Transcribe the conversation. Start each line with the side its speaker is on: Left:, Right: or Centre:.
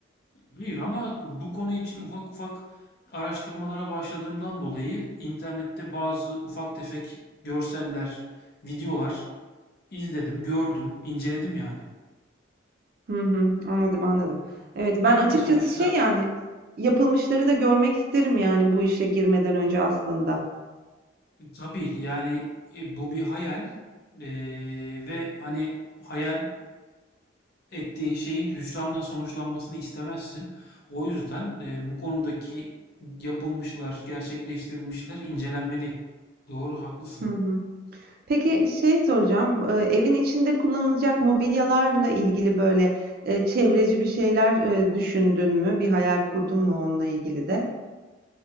Left: Hayır ama bu konu için ufak ufak araştırmalara başladığımdan dolayı internette bazı ufak tefek görseller, videolar izledim, gördüm, inceledim yani.
Right: Hı hı, anladım anladım. Evet,
Left: Ben
Right: ben açıkçası
Left: de sonuçta
Right: şey yani yapılmışları da görmek isterim yani bu işe girmeden önce aslında.
Left: tabii yani e, bu bir hayal eee, ve hani hayal ettiğin şeyin hüsranla sonuçlanmasını istemezsin. O yüzden, eee, bu konudaki yapılmışlar, gerçekleştirilmişler incelenmeli. Doğru, haklısın.
Right: Hı hı. Peki şey soracağım, eee, evin içinde kullanılacak mobilyalarla ilgili böyle, eee, çevreci bir şeyler, eee, düşündün mü? Bir hayal kurdun mu onunla ilgili de?